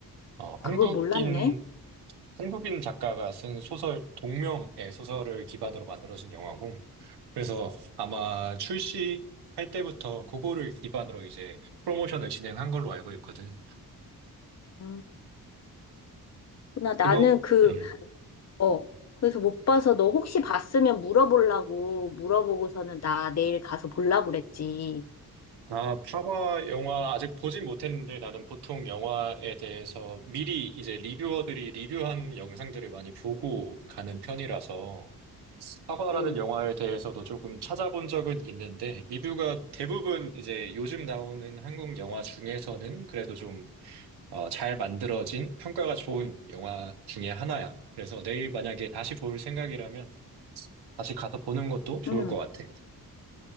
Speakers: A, on the right (about 85°); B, on the left (about 45°).
A: 어, 한국인
B: 그걸 몰랐네.
A: 한국인 작가가 쓴 소설 동명의 소설을 기반으로 만들어진 영화고 그래서 아마 출시할 때부터 그거를 기반으로 이제 프로모션을 진행한 걸로 알고 있거든.
B: 음. 나 나는
A: 그거
B: 그
A: 음.
B: 어. 그래서 못 봐서 너 혹시 봤으면 물어보려고 물어보고서는 나 내일 가서 보려고 그랬지.
A: 아, 파과 영화 아직 보진 못했는데 나는 보통 영화에 대해서 미리 이제 리뷰어들이 리뷰한 영상들을 많이 보고 가는 편이라서 파과라는
B: 응.
A: 영화에 대해서도 조금 찾아본 적은 있는데 리뷰가 대부분 이제 요즘 나오는 한국 영화 중에서는 그래도 좀, 어, 잘 만들어진 평가가 좋은 영화 중에 하나야. 그래서 내일 만약에 다시 볼 생각이라면 다시 가서 보는 것도 좋을
B: 응.
A: 것 같아.